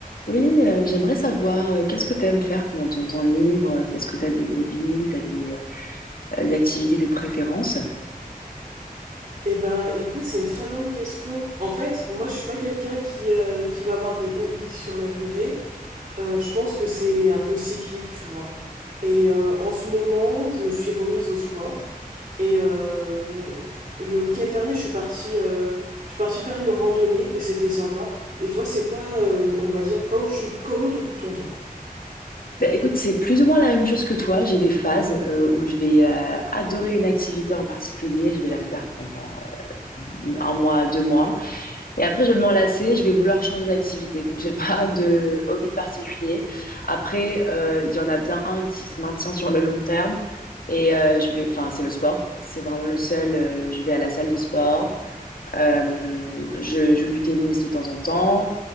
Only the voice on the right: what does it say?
Eh ben, écoute, c'est une très bonne question. En fait, moi, je suis pas quelqu'un qui, euh, qui va avoir des hobbies sur la durée. Euh, je pense que c'est un peu cyclique, tu vois. Et euh, en ce moment, je me suis remise au sport. Et euh, le week-end dernier, je suis partie, euh, je suis partie faire une randonnée et c'était sympa. Et toi, c'est quoi, euh, on va dire, comment tu, comment t'occupes ton temps?